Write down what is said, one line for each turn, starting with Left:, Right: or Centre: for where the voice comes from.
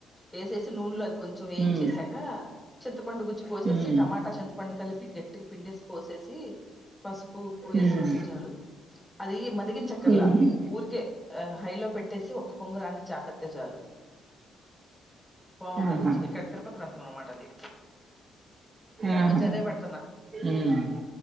Centre: యేసేసి నూనె కొంచెం ఏం
Right: ఉమ్,
Centre: చేసాక చింతపండు గుజ్జు పోసేసి
Right: ఉమ్,
Centre: టమాటా చింతపండు కలిపి గట్టిగ పిండేసి పోసేసి పసుపు ఉప్పు యేసుకుంటే
Right: ఉమ్,
Centre: చాలు అది మాది ఏంచక్కర్లా
Right: ఉమ్,
Centre: ఊర్కే ఆ హైలో పెట్టేసి ఒక్క పొంగు రానిచ్చి ఆపేత్తే చాలు బావుంటది
Right: ఆహా
Centre: ఇక్కడ తిరుపతి రసం అనమాట అది నేను
Right: ఆహా
Centre: ఈ మధ్య అదే పెడతన్నా
Right: ఉమ్.